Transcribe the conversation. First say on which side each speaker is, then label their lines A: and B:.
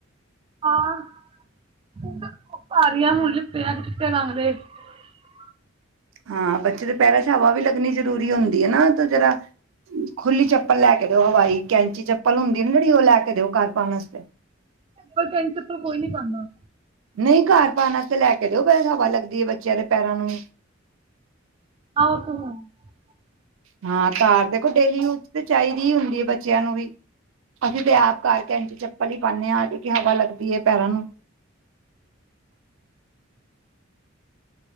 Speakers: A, on the right (about 25°); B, on the right (about 85°).
A: ਆਂ <unintelligible>
B: ਹਾਂ ਬੱਚੇ ਦੇ ਪਹਿਰਾ ਹਵਾ ਵੀ ਲੱਗਣੀ ਜ਼ਰੂਰੀ ਹੁੰਦੀ ਹੈ ਨਾ ਤੇ ਜਿਹੜਾ ਖੁੱਲੀ ਚੱਪਲ ਲੈ ਕੇ ਦਿਓ ਹਵਾਈ ਕੈਂਚੀ ਚੱਪਲ ਹੁੰਦੀ ਨਾ ਜਹੜੀ ਉਹ ਲੈ ਕੇ ਦਿਓ ਘਰ ਪਾ ਆਸਤੇ
A: ਪਲ ਕੈ ਚਪਲ ਕੋਈ ਨੀ ਪਾਉਦਾ
B: ਨਹੀਂ ਘਰ ਪਾਉਣ ਆਸਤੇ ਲੈ ਕੇ ਦਿਓ ਬੈ ਹਵਾ ਲੱਗਦੀ ਹੈ ਬੱਚਿਆਂ ਦੇ ਪੈਰਾਂ ਨੂੰ ਵੀ
A: <inaudible>
B: ਹਾਂ ਘਰ ਦੇਖੋ ਡੇਲੀ ਯੂਜ ਤੇ ਚਾਹੀਦੀ ਹੀ ਹੁੰਦੀ ਹੈ ਬੱਚਿਆਂ ਨੂੰ ਵੀ ਅਸੀਂ ਤੇ ਆਪ ਕਰਕੇ ਕੈਂਚੀ ਚੱਪਲ ਹੀ ਪਾਣੇ ਹਾਂ ਕਿਉਕਿ ਹਵਾ ਲੱਗਦੀ ਹੈ ਪੈਰਾਂ ਨੂੰ
A: <inaudible>